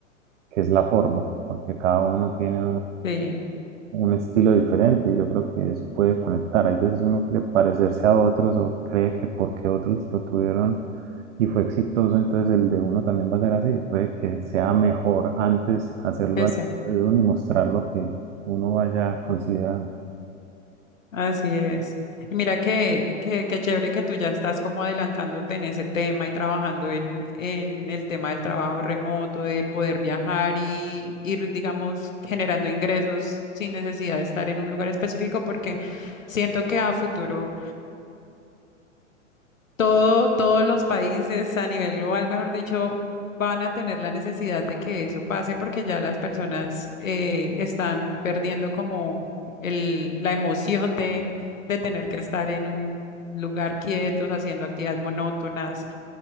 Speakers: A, on the right; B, on the left.
A: que es la forma, porque cada uno tiene
B: sí,
A: un estilo diferente. Yo creo que eso puede conectar. Hay veces uno quiere parecerse a otros o cree que porque otros lo tuvieron y fue exitoso, entonces el de uno también va a ser así. Puede que sea mejor antes hacerlo
B: eso.
A: al de uno y mostrar lo que uno vaya considerando.
B: Así es. Y mira que, que, qué chévere que tú ya estás como adelantándote en ese tema y trabajando en, en el tema del trabajo remoto, de poder viajar y ir, digamos, generando ingresos sin necesidad de estar en un lugar específico, porque siento que a futuro todo, todos los países a nivel global, mejor dicho, van a tener la necesidad de que eso pase porque ya las personas eh, están perdiendo como el, la emoción de, de tener que estar en un lugar quietos, haciendo actividades monótonas,